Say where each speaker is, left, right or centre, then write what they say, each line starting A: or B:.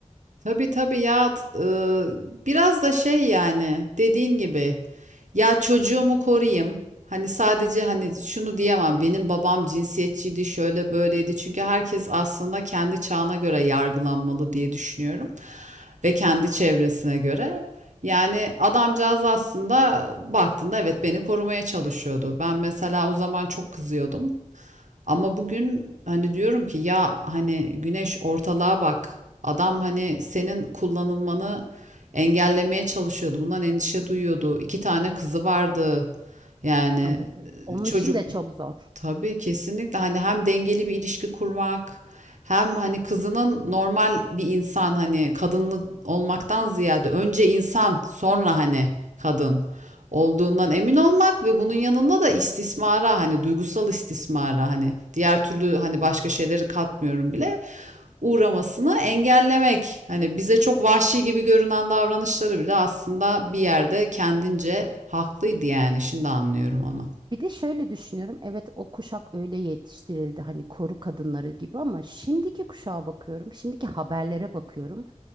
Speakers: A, on the right; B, on the right.
A: Tabii tabii ya t- ıı, biraz da şey yani dediğin gibi ya çocuğumu koruyayım. Hani sadece hani şunu diyemem benim babam cinsiyetçiydi şöyle böyleydi. Çünkü herkes aslında kendi çağına göre yargılanmalı diye düşünüyorum. Ve kendi çevresine göre. Yani adamcağız aslında baktığında evet beni korumaya çalışıyordu. Ben mesela o zaman çok kızıyordum. Ama bugün hani diyorum ki ya hani güneş ortalığa bak. Adam hani senin kullanılmanı engellemeye çalışıyordu. Bundan endişe duyuyordu. İki tane kızı vardı. Yani
B: Evet evet. Onun
A: e, çocuk
B: için de çok zor.
A: Tabii kesinlikle hani hem dengeli bir ilişki kurmak hem hani kızının normal bir insan hani kadınlı olmaktan ziyade önce insan sonra hani kadın olduğundan emin olmak ve bunun yanında da istismara hani duygusal istismara hani diğer türlü hani başka şeyleri katmıyorum bile uğramasını engellemek. Hani bize çok vahşi gibi görünen davranışları bile aslında bir yerde kendince haklıydı yani şimdi anlıyorum onu.
B: Bir de şöyle düşünüyorum. Evet o kuşak öyle yetiştirildi hani koru kadınları gibi ama şimdiki kuşağa bakıyorum. Şimdiki haberlere bakıyorum.